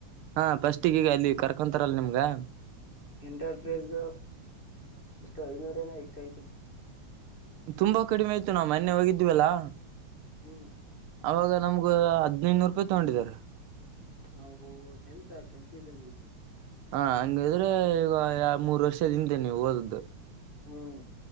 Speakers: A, on the right; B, on the left.
A: ಹಾ ಫಸ್ಟ್ ಗೀಗ ಅಲ್ಲಿ ಕರ್ಕೊಂತಾರಲ್ಲ ನಿಮ್ಗ.
B: ಎಂಟರ್ಫೇಸ್ ಎಷ್ಟೋ ಐನೂರೆನ ಎಷ್ಟ ಐತೆ.
A: ತುಂಬಾ ಕಡಿಮೆ ಆಯ್ತು ನಾವ್ ಮೊನ್ನೆ ಹೋಗಿದ್ವಲ್ಲಾ.
B: ಹ್ಮ್
A: ಅವಾಗ ನಮ್ಗ ಹದ್ನೈದುನೂರು ರೂಪಾಯ್ ತೊಗೊಂಡಿದ್ದಾರೆ.
B: ನಾವು ಟೆಂತ ಟೆಂತ್ ಇದಾವಿ.
A: ಹಾ ಹಂಗಿದ್ರೆ ಈಗ ಯಾ ಮೂರ್ ವರ್ಷದ್ ಹಿಂದೆ ನೀವ್ ಓದಿದ್ದು.
B: ಹ್ಮ್